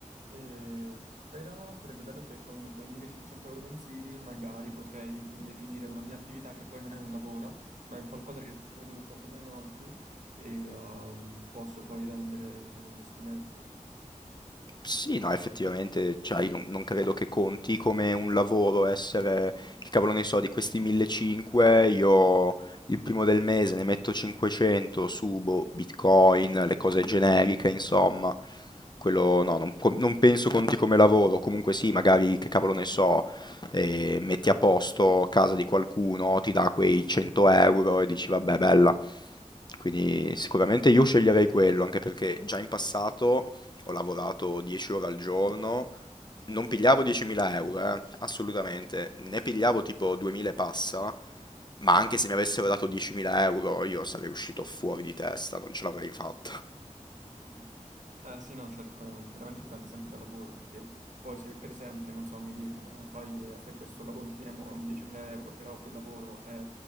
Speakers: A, on the right; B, on the left.
A: E- però sarebbe bello se con quei 1500 euro mensili magari potrei definire una mia attività che poi non è un lavoro, ma è un qualcosa che produco come un hobby e ehm, posso poi rendere in un investimento.
B: Sì, no, effettivamente, cioè, io non, non credo che conti come un lavoro essere, che cavolo ne so, di questi 1500, io il primo del mese ne metto 500, subo Bitcoin, le cose generiche, insomma, quello no, non, co- non penso conti come lavoro, comunque sì, magari, che cavolo ne so, eh, metti a posto casa di qualcuno, ti dà quei 100 euro e dici, vabbè, bella. Quindi sicuramente io sceglierei quello, anche perché già in passato ho lavorato 10 ore al giorno, non pigliavo 10.000 euro, eh, assolutamente, ne pigliavo tipo 2.000 e passa, ma anche se mi avessero dato 10.000 euro io sarei uscito fuori di testa, non ce l'avrei fatta.
A: Mm. Eh sì, no, cerco, chiaramente dipende sempre dal lavoro, perché poi se per esempio, non so, mi dicono fai, eh, fai questo lavoro, ti diamo 10.000 euro, però quel lavoro è,